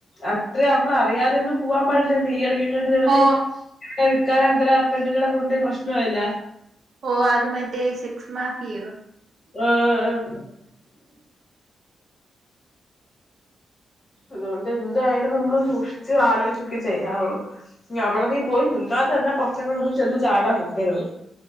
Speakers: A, on the left (about 35°); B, on the right (about 50°).
A: അത്ര നമ്മള അറിയാതെ ഒന്നും പോവാൻ പാടില്ല. നീ ഇടക് <unintelligible>
B: ഓ
A: <unintelligible> അന്തര പെണ്ണുങ്ങളെ കൊണ്ട് പ്രശ്ന ആയില്ലെ
B: ഓ അത് മറ്റേ ശ കസ് മാഫി
A: ഏഹ് അതുകൊണ്ട് എന്തായാലും നമ്മൾ സൂക്ഷിച്ച് ആലോചിച്ചൊക്കെ ചെയ്യാവുള്ളൂ. അവിടെ നീ പോയി നി ന്ന തന്നെ പ്രശ്നങ്ങളിനൊന്നും ചെന്ന് ചാടാൻ നിക്കരുത്.